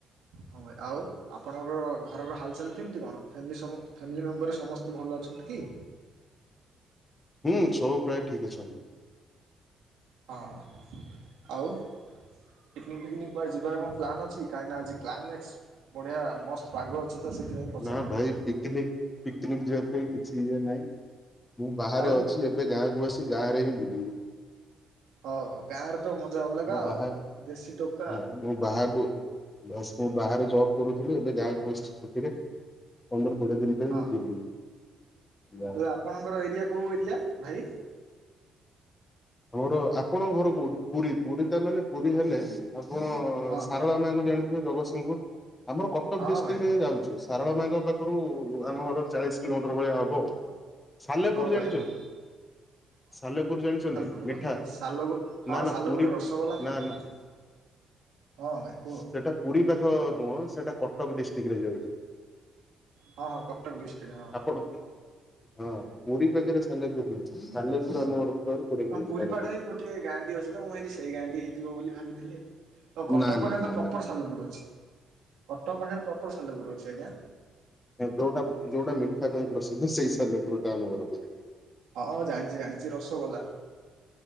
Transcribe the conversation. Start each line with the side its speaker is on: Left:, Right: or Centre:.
Right: ହଁ ଭଇ ଆଉ ଆପଣଙ୍କର ଘରର ହାଲ୍ ଚାଲ୍ କେମିତି କଣ ଫ୍ୟାମି ସ ଫ୍ୟାମିଲି ମେମ୍ବର ସମସ୍ତେ ଭଲ ଅଛ କି
Left: ହୁଁ ସବୁ ପ୍ରାୟ ଠିକ୍ ଅଛୁ ଆମେ।
Right: ହଁ ଆଉ ପିକିନିକ୍ ଫିକିନିକ୍ କୁଆଡ଼େ ଯିବାର କଣ ପ୍ଲାନ୍ ଅଛି କାହିଁକି ନା ଆଜି କ୍ଲାଇନେସ୍ ବଢିଆ ମସ୍ତ ପାଗ ଅଛି। ତ ସେଥିପାଇଁ ପଚାରିଲି
Left: ନା ଭାଇ ପିକିନିକ୍ ପିକିନିକ୍ ଯିବା ପାଇଁ କିଛି ଇଏ ନାହିଁ ମୁଁ ବାହାରେ
Right: ଆଉ
Left: ଅଛି। ଏବେ ଗାଁକୁ ଆସି ଗାଁରେ ହିଁ ବୁଲିବି।
Right: ହଁ ହଉ ଗାଁ ରେ ତ ମଜା ଅଲଗା
Left: ମୁଁ ବାହାର
Right: ଆଉ ଦେଶୀ ଟୋକା।
Left: ହଁ ମୁଁ ବାହାକୁ ବାସ୍ ମୁ ବାହାରେ ଜବ୍ କରୁଥିଲି ଏବେ ଗାଁ କୁ ଆସିଛି ଛୁଟିରେ। ପନ୍ଦର କୋଡ଼ିଏ ଦିନ ପାଇଁ
Right: ହଁ
Left: ମୁଁ ବୁଲିବି। ଗାଁରେ
Right: ହେଲେ ଆପଣଙ୍କର ଏରିଆ କୋଉ ଏରିଆ ଭାଇ?
Left: ଆମର ଆପଣଙ୍କ ଘର କୋଉଠି ପୁରୀ ପୁରୀ ତା ମାନେ ପୁରୀ ହେଲେ ଆପଣ
Right: ହଁ
Left: ସାରଳା ମାଆଙ୍କୁ ଜାଣିଥିବେ ଜଗତସିଂହପୁର। ଆମର କଟକ
Right: ହଁ
Left: ଡିଷ୍ଟ୍ରିକ୍ଟ
Right: ଭାଇ
Left: ରେ ଯାଉଚି। ସାରଳା ମାଙ୍କ ପାଖରୁ ଆମ ଘର ଚାଳିଶି କିଲୋମିଟର ଭଳିଆ ହବ ଆଉ। ସାଲେପୁର
Right: ହଁ ଭାଇ
Left: ଜାଣିଛନ୍ତି
Right: ହଁ
Left: ସାଲେପୁର ଜାଣିଛନ୍ତି?
Right: ପୁରୁ
Left: ମିଠା
Right: ପା ସାଲେପୁର ହଁ
Left: ନା ନା
Right: ସାଲେପୁର
Left: ପୁରୀ
Right: ରସଗୋଲା
Left: ନା
Right: ଫେମ
Left: ନା
Right: ହଁ ଭାଇ କୁହ।
Left: ସେଟା ପୁରୀ ପାଖ ନୁହଁ ସେଇଟା କଟକ ଡିଷ୍ଟିକ୍ ରେ ଯାଉଚି।
Right: ହଁ ହଁ କଟକ ଡିଷ୍ଟିକ୍ ରେ ହଁ।
Left: ଆପଣ ହଁ ପୁରୀ ପାଖରେ ସାଲେପୁର ନୁହଁ। ସାଲେପୁର ଆମ ଘର ପାଖରୁ କୋଡିଏ କିଲୋମିଟର
Right: ହଁ ପୁରୀ ପାଖରେ
Left: ହବ।
Right: ବି ଗୋଟେ ଗାଁଟି ଅଛି ତ, ମୁଁ ଭାବିଲି ସେଇ ଗାଁଟି ହେଇଥିବ ବୋଲି ଭାବିଥିଲି ଆଉ। ତ କଟକ
Left: ନା
Right: ପାଖରେ
Left: ନା ନା
Right: ତ ପ୍ରପର
Left: ନା ନା
Right: ସାଲେପୁର
Left: ନା।
Right: ଅଛି କଟକ ପାଖରେ ପ୍ରପର ସାଲେପୁର ଅଛି ଆଜ୍ଞା।
Left: ଯୋଉଟା ଯୋଉଟା ମିଠା ପାଇଁ ପ୍ରସିଦ୍ଧ ସେଇ ସାଲେପୁର ଟା ଆମ ଘର ପାଖରେ।
Right: ହଁ ଜାଣିଚି ଜାଣିଚି ରସଗୋଲା।